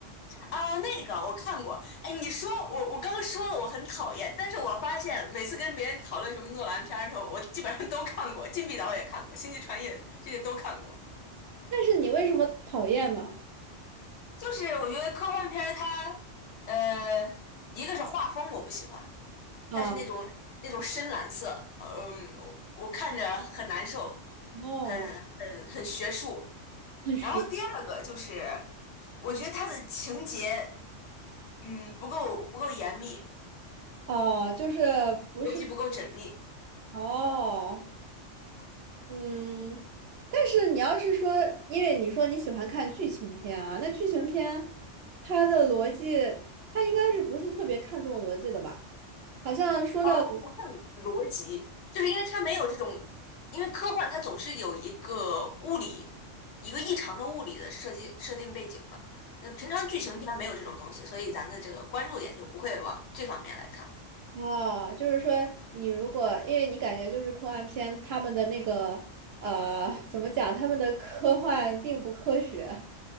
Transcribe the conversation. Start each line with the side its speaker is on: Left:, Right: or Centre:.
Left: 啊！那个我看过，哎，你说我我刚说了我很讨厌，但是我发现每次跟别人讨论什么诺兰片儿的时候，我基本上都看过，《禁闭岛》也看过，《星际穿越》这些都看过。
Right: 但是你为什么讨厌呢？
Left: 就是我觉得科幻片儿它，呃，一个是画风我不喜欢，
Right: 啊，
Left: 它是那种那种深蓝色，嗯，我我看着很难受，
Right: 哦，
Left: 很很很学术。
Right: <laughs> 很实，
Left: 然后第二个就是，我觉得它的情节，嗯，不够不够严密，
Right: 哦，就是不是
Left: 逻辑不够缜密。
Right: 哦，嗯，但是你要是说，因为你说你喜欢看剧情片啊，那剧情片它的逻辑，它应该是不是特别看重逻辑的吧？好像说到
Left: 哦，它不看逻辑，就是因为它没有这种，因为科幻它总是有一个物理，一个异常的物理的设计设定背景嘛。那平常剧情片没有这种东西，所以咱的这个关注点就不会往这方面来看。
Right: 哦，就是说你如果，因为你感觉就是科幻片，他们的那个呃，怎么讲，他们的科幻并不科学。